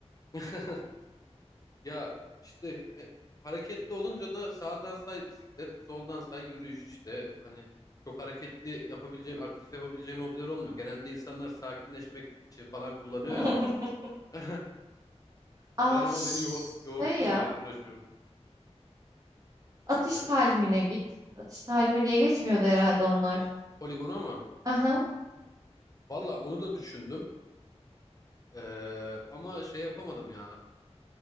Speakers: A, on the left; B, on the right.
A: <laughs> ya işte e, hareketli olunca da sağdan say bisiklet, soldan say yürüyüş işte. Hani çok hareketli yapabileceğin, aktif yapabileceğin hobiler olmuyor. Genelde insanlar sakinleşmek için falan kullanıyor
B: <laughs>
A: ya onu. <laughs>
B: Aa
A: Ben ama
B: şey
A: beni yo yorsun
B: ya.
A: diye uğraşıyorum.
B: Atış
A: Ne?
B: talimine git. Atış talimi diye geçmiyordu herhalde onlar.
A: Poligona mı?
B: Aha,
A: Valla onu da düşündüm. Ee, ama şey yapamadım ya.